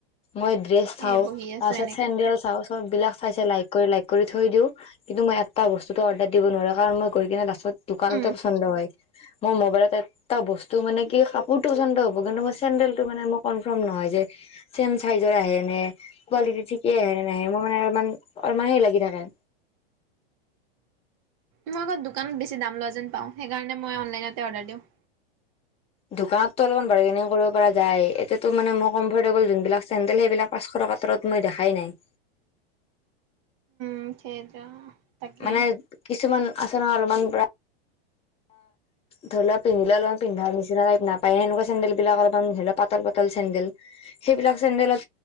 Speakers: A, on the left; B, on the right.
A: মই ড্ৰেছ চাওঁ
B: এ
A: তাৰ
B: বহি আছো
A: পিছত
B: এনেকে।
A: চেণ্ডেল চাওঁ চববিলাক চাই চাই লাইক কৰি লাইক কৰি থৈ দিও। কিন্তু মই এটা বস্তুতটো অৰ্ডাৰ দিব নোৱাৰো কাৰণ মই গৈ কিনে লাষ্টত দোকানতে
B: উম,
A: পচন্দ হয়। মোৰ মোবাইলতে। এটা বস্তু মানে কি কাপোৰটো পচন্দ হ'ব কিন্তু মোৰ চেণ্ডেলটো মানে মোৰ কনফৰ্ম নহয় যে- চেম চাইজৰ আহে নে, কোৱালিটি ঠিকে আহে নে নাহে মোৰ মানে অলমান অলমান হেই লাগি থাকে।
B: মই আকৌ দোকানত বেছি দাম লোৱা যেন পাওঁ সেইকাৰণে মই অনলাইনতে অৰ্ডাৰ দিওঁ।
A: দোকানতো অলপমান বাৰগিনে কৰিব পৰা যায় এটোতো মানে মোৰ কমফৰ্টেবল যোনবিলাক চেণ্ডেল সেইবিলাক- পাঁচশ টকা তলত মই দেখাই নাই।
B: উম' সেইটো। তাকে
A: মানে কিছুমান আছে নহয় অলমান ব্ৰা- ধৰি লোৱা পিন্ধিলে অলমান পিন্ধাৰ নিচিনা টাইপ নাপায় সেনেকুৱা চেন্দেল বিলাক অলমান ধৰি লোৱা পাতল পাতল টাইপ চেন্দেল। সেইবিলাক চেণ্ডেলত